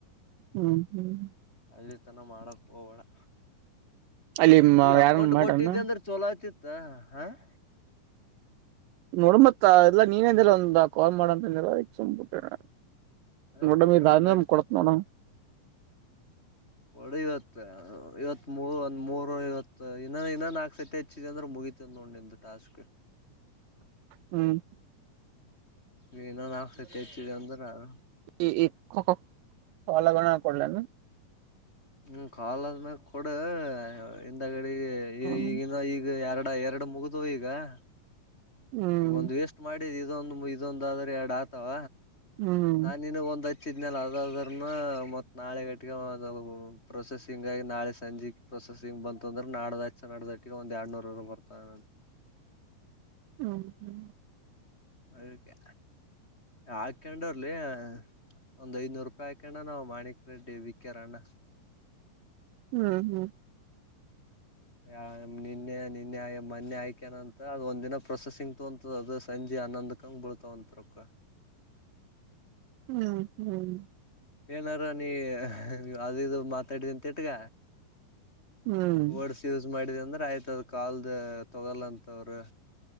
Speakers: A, on the right; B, on the left.
A: ಹೂ <inaudible>
B: ಅಲ್ಲಿ ತನ ಮಾಡಕ್ ಹೋಗೋ ಬೇಡಾ
A: ಅಲ್ಲಿ
B: ಈ ಅಕೌಂಟ್
A: ಯಾರನ್ ಮಾಡ್ರಣ
B: ಕೊಟ್ಟಿದ್ದೆ ಅಂದ್ರ <inaudible> ಚೊಲೋ ಆಯತಿತ್ತ ಹಾ <inaudible>
A: ನೋಡ ಮತ್ತ ಎಲ್ಲ ನೀನ್ ಅಂದಿರ ಒಂದ ಕಾಲ್ ಮಾಡಂತ ಅಂದಿರ ಅದಕ ಸುಮ್ಮ ಕುಂತೆ ನಾ <inaudible>
B: ಅ
A: ನೋಡದ
B: ಕೊಟ್ರ
A: ದಾನಮ
B: ನಡತಿತ್ತ
A: ಕೊಡತನ ಅವ <inaudible>
B: ಒಳಿದ ಅತ್ತ ಇವತ್ತ ಮೂ ಒಂದ್ ಮೂರು ಐವತ್ತ ಇನ್ನ ಇನ್ನ ನಾಕ ಸತಿ ಹೆಚ್ಚಿದೆ ಅಂದ್ರೆ ಮುಗಿತ ನೋಡ ನಿಂದ <inaudible> ಟಾಸ್ಕ್. <inaudible>
A: ಹೂ <inaudible>
B: ಇನ್ ನಾಲ್ಕ ಸತಿ ಹೆಚ್ಚಿದ ಅಂದ್ರ <inaudible>
A: ಈ ಈ ಕೋಕ್ ಹೋಲಾಗಳ ಕೊಡಲೇ ಏನ್? <inaudible>
B: ಹೂ ಕಾಲ್ ಆದ್ಮೇಗ ಕೊಡ ಹಿಂದಗಡೆ ಈ
A: ಹ್ಮ್
B: ಈಗ <inaudible> ಈಗ ಎರಡ ಎರಡ ಮುಗುದು ಈಗ. <inaudible>
A: ಹ್ಮ್
B: ಈಗ ಒಂದ್ ವೇಸ್ಟ್ ಮಾಡಿದ್ ಇದೊಂದು ಇದೊಂದಾದ್ರೆ ಎರಡ ಆತಾವ
A: ಹ್ಮ್
B: ನಾನ್ ನಿನಗ್ ಒಂದ ಹತ್ <inaudible> ಹಚಿದನಲ್ಲ ಅದ ಅದರನ ಮತ್ತ ನಾಳೆ ಗಟ್ಟಿಗೆ ಆದವು ಪ್ರೊಸೆಸಿಂಗ್ ಆಗಿ ನಾಳೆ ಸಂಜೆ <inaudible> ಪ್ರೊಸೆಸಿಂಗ್ ಬಂತ ಅಂದ್ರೆ ನಾಡ್ದ ಹಚ್ಚಿ ನಾಡದಟ್ಟಿಗೆ ಒಂದ ಎರಡ್ ನೂರನ ಬರ್ತಾವೆನಂತ.
A: ಹ್ಞ ಹ್
B: ಅದಕ್ಕೆ ಹಾಕೊಂಡರ್ಲೆ. ಒಂದ್ ಐನೂರುಪಾಯಿ ಕಣ್ಣ ನಾವ್ ಮಾಣಿಕರೆಡ್ಡಿ ವಿಕೇರಣ್ಣ್.
A: ಹ್ಮಂ ಹ್ಮಂ
B: ಯ ನಿನ್ನೆ ನಿನ್ನೆ ಆ ಮೊನ್ನೆ ಆಯ್ಕ್ಯನ ಅಂತ ಅದು ಒಂದಿನ ಪ್ರೊಸೆಸಿಂಗ್ ತೊ ಅಂತದ ಅದು ಸಂಜೆ ಹನ್ನೊಂದಕ್. ತಂಗ್ ಬಳ್ತಾವ ಅಂತ ರಕ್ಕ.
A: ಹ್ಮ್ ಹ್ಮ್
B: ಏನಾರ ನೀ ಅದು ಇದು ಮಾತಾಡಿದ ಅಂತ ಇಟ್ಗ.
A: ಹ್ಮ್
B: ವರ್ಡ್ಸ್ ಯೂಸ್ ಮಾಡಿದ ಅಂದ್ರೆ ಆಯ್ತ ಅದ್ ಕಾಲ್ದ ತೊಗೋಲ್ಲಂತ ಅವ್ರರು.